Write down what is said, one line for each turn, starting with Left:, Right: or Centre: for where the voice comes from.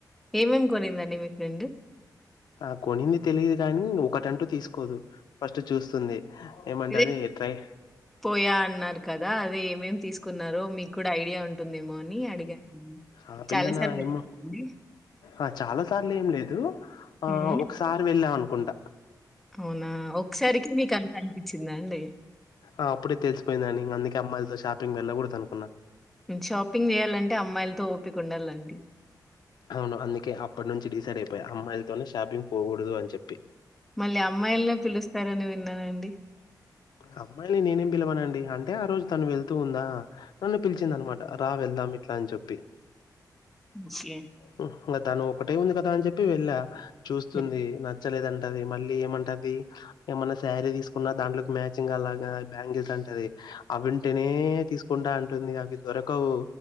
Centre: ఏమేమి కొనిందండి మీ ఫ్రెండ్?
Left: ఆ కొన్నింది తెలిగే దాన్ని ఒకటంటూ తీసుకోదు ఫస్ట్ చూస్తుంది ఏమంటది
Centre: ఇదే
Left: ట్రై
Centre: పోయా అన్నారుకాదా అదే మేం తీసుకున్నారో మీకు కూడా ఐడియా ఉం ఉంటుందేమో అని అడిగా
Left: ఆ పిల్లనా
Centre: చాలా సార్లు వెళ్ళమండి
Left: ఏమో ఆ చాలా సార్లు ఏం లేదు ఆ
Centre: హ్మ్.
Left: ఒకసారి వెళ్ళాను కుంట
Centre: అవునా ఒకసారికి మీకు అంత అనిపించిందా అండి.
Left: ఆ అప్పుడే తెలిసిపోయిందండి అందుకే అమ్మాయిలతో షాపింగ్ వెళ్ళకూడదు అనుకున్నా.
Centre: షాపింగ్ చేయాలంటే అమ్మాయిలతో ఓపిక ఉండాలండి
Left: అవును. అందుకే అప్పటినుంచి డిసైడ్ అమ్మాయిలతోనే షాపింగ్ పోకూడదు అని చెప్పి
Centre: మళ్ళీ అమ్మాయిలనే పిలుస్తారని విన్నానండి.
Left: అమ్మాయిల్ని నేనేం పిలవానండి అంటే ఆ రోజు తను వెళ్తూ ఉందా నన్ను పిలిచిందనమాట రా వెళ్దాం ఇట్లా అని చెప్పి
Centre: ఛీ
Left: హ్మ్. ఇంగ తను ఒకటే ఉంది కదా అని చెప్పి వెళ్ళా చూస్తుంది
Centre: హ్మ్.
Left: నచ్చలేదంటది. మళ్ళీ ఏమంటది ఏమన్నా శారీ తీసుకున్నా దాంట్లో మ్యాచింగ్ అలాగా బ్యాంగిల్స్ అంటది, అవింటేనే తీసుకుంటా అంటుంది అవి దొరకవు